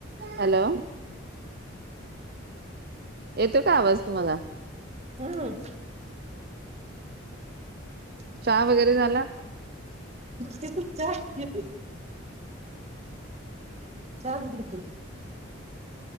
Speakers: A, on the right; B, on the right.
A: हॅलो येतोय का आवाज तुम्हाला?
B: हम् <inaudible>
A: चहा वगैरे झाला?
B: ते पण चहा घेत चहाच घेत होती.